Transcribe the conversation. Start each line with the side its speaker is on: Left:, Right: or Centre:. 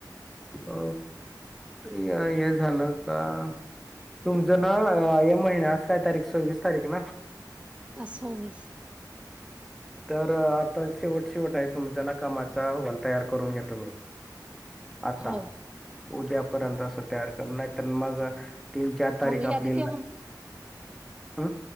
Centre: अ हे झालं का तुमचं ना या महिन्याज काय तारीख सव्वीस तारीख ना
Right: आसमस
Centre: तर आता शेवट शेवट आहे तुमचा ना कामाचा हॉल तयार करून घ्या तुम्ही आता
Right: हो.
Centre: उद्यापर्यंत असं तयार कर नाही तर मग तीन चार तारीख
Right: मग यादी
Centre: आपली
Right: केव्हा
Centre: ह्